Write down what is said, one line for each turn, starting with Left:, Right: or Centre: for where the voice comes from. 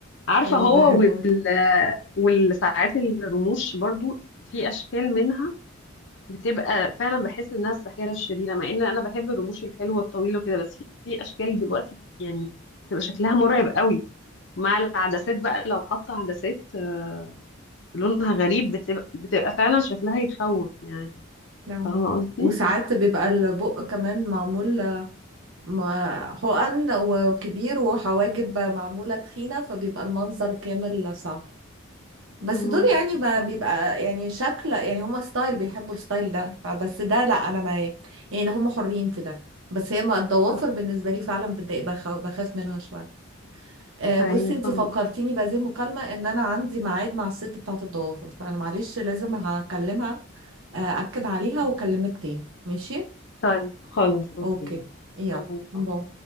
Left: عارفة
Right: فما
Left: هو
Right: بحبه
Left: وال والساعات الرموش برضو في أشكال منها بتبقى فعلا بحس إنها الساحرة الشريرة مع إن أنا بحب الرموش الحلوة الطويلة وكده بس في في أشكال دلوقتي يعني بتبقى شكلها مرعب قوي مع العدسات بقى لو حاطة عدسات آه، لونها غريب بتبقى, بتبقى فعلا شكلها يخوف يعني
Right: نعم
Left: فاهمة قصدي؟
Right: وساعات بيبقى البق كمان معمول ما حقن وكبير وحواجب معمولة تخينة فبيبقى المنظر كامل صعب بس
Left: اه
Right: دول يعني
Left: بالظبط
Right: ب- بيبقى يعني شكل يعني هما ستايل بيحبوا الستايل ده فبس ده لا انا ما يعني هما حرين في ده بس هي ما الضوافر
Left: آه،
Right: بالنسبة لي فعلا بتضايق بخ- بخاف منها شوية آه،
Left: أيوه
Right: بصي انتي
Left: فاهمة
Right: فكرتيني بهذه المكالمة ان انا عندي ميعاد مع الست بتاعة الضوافر فانا معلش لازم هكلمها آه، اكد عليها
Left: قصدي.
Right: واكلمك تاني ماشي
Left: طيب خلاص أوكي
Right: اوكي
Left: يلا.
Right: يلا
Left: باي
Right: باي
Left: باي